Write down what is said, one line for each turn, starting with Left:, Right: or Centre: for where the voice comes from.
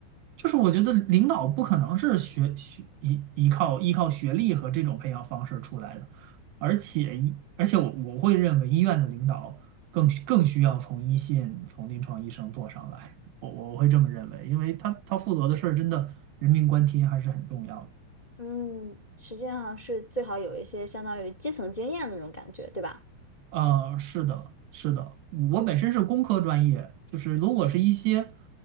Right: 就是我觉得领导不可能是学学依依靠依靠学历和这种培养方式出来的，而且一，而且我我会认为医院的领导更更需要从一线从临床医生做上来，我我会这么认为，因为他他负责的事儿真的人命关天还是很重要的。
Left: 嗯，实际上是最好有一些相当于基层经验的那种感觉，对吧？
Right: 呃，是的，是的，我本身是工科专业，就是如果是一些